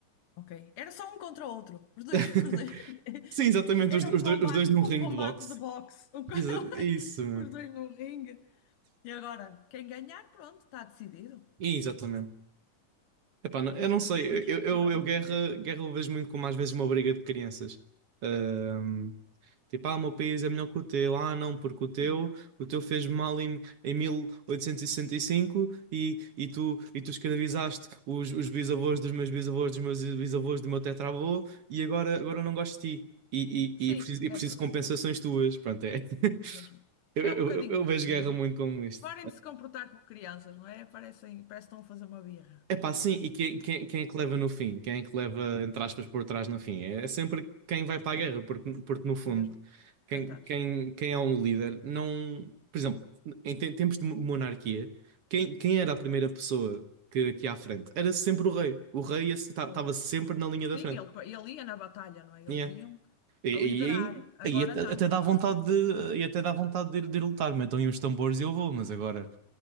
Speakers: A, on the left; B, on the right.
A: Ok. Era só um contra o outro. Os dois,
B: <laughs>
A: os dois- <laughs>
B: Sim, exatamente,
A: Era
B: os, os
A: um combate,
B: dois, os dois num ringue
A: um combate
B: de boxe.
A: de boxe. Um co-
B: Isso,
A: <laughs>
B: isso, mano.
A: Os dois num ringue. E agora, quem ganhar, pronto, está decidido.
B: exatamente. Epá, não-
A: Querem,
B: eu não sei,
A: querem discutir
B: eu, eu,
A: alguma
B: eu guerra,
A: coisa?
B: guerra eu vejo muito como às vezes uma briga de crianças. Ahm, tipo, ah, o meu país é melhor que o teu, ah, não, porque o teu,
A: Sim.
B: o teu fez mal em, em 1865 e, sessenta e cinco e, e, tu, e tu escravizaste os, os bisavós dos meus bisavós, dos meus bisavós, do meu tetravô e agora, agora eu não gosto de ti e,
A: Sim,
B: e, e, preciso, e
A: é
B: preciso
A: verdade.
B: de compensações tuas. Pronto, é. <laughs>
A: Mesmo.
B: Eu,
A: É
B: eu,
A: um bocadinho
B: eu eu
A: isso,
B: vejo guerra
A: não é?
B: muito como isto.
A: Parem de se comportar como crianças, não é? Parecem, parece que estão a fazer uma birra
B: Epá, sim, e quem, quem, quem
A: para
B: é que leva
A: os outros.
B: no fim? Quem é que leva, entre aspas, por trás no fim? É é sempre quem vai para a guerra, porque, porque no fundo,
A: Mesmo.
B: quem,
A: Coitados.
B: quem, quem é um líder não. Por exemplo, em te- tempos de monarquia, quem, quem era a primeira pessoa que, que ia à frente? Era sempre o rei. O rei estava
A: Pois.
B: sempre na linha da
A: Sim,
B: frente.
A: ele, ele ia na batalha, não é? Eles
B: Yeah.
A: iam
B: E,
A: a liderar.
B: e aí,
A: Agora
B: aí até,
A: não,
B: até
A: agora,
B: dá vontade de, e até dá vontade de, ir de ir lutar. Metam aí uns tambores e eu vou, mas agora.